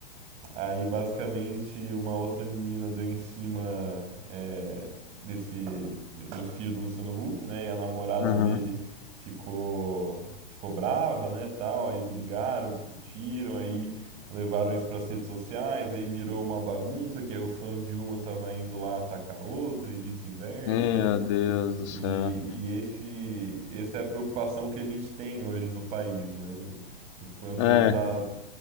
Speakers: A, on the right; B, on the left.
A: aí basicamente uma outra menina deu em cima é, desse do filho do Luciano Huck, né? E a namorada
B: aham.
A: dele ficou ficou brava, né, tal, aí brigaram, discutiram, aí levaram isso para as redes sociais, aí virou uma bagunça, que aí os fãs de uma estavam indo lá atacar a outra e vice-versa.
B: Meu Deus do
A: E,
B: céu.
A: e esse, essa é a preocupação que a gente tem hoje no país, né? Enquanto
B: É,
A: tá